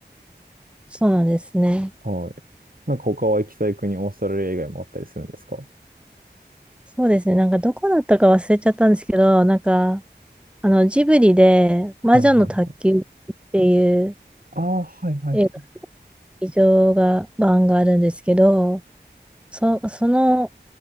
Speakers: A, in the centre; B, on the right (about 55°).
A: そうなんですね。
B: はい。なんか他は行きたい国、オーストラリア以外もあったりするんですか
A: そうですね。なんか、どこだったか忘れちゃったんですけど、なんか、あの、ジブリで、
B: はいはい。
A: 魔女の宅急便っていう
B: ああ、はいはいはい。
A: 映画、劇場が、版があるんですけど、そ、その、